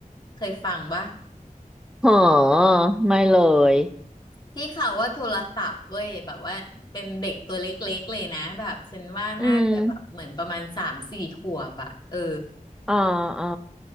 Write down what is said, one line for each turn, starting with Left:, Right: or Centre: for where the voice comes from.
Left: เคยฟังปะ
Centre: เหอไม่เลย
Left: ที่เขาว่าโทรศัพท์เว้ยแบบว่าเป็นเด็กตัวเล็กๆเลยนะแบบฉันว่าน่าจะแบบเหมือนประมาณสามสี่ขวบอะเออ
Centre: อืมอ่าอ่า